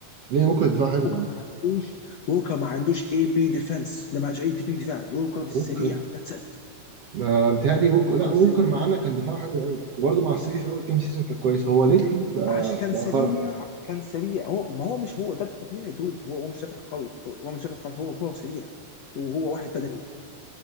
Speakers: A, on the right (about 65°); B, on the left (about 75°).
A: ليه ووكر دفاع حلو
B: ووكر
A: يعني
B: ما عندوش ووكر ما عندوش اي بي ديفense ده ما عندوش اي تكنيك دفاع ووكر سريع
A: ووكر
B: ذاتس ات
A: ما بتهيألي ووكر
B: ممكن
A: لا ووكر
B: س...
A: معانا كان دفاعه حلو قوي وبرضه مع السيتي في اول كام سيزون كان كويس هو ليتلي بقى
B: عشان كان
A: بقى
B: سريع
A: خرا
B: كان سريع هو ما هو مش هو ده الطبيعي دود هو هو مش دافع قوي هو هو مش دافع قوي هو هو سريع وهو واحد بدني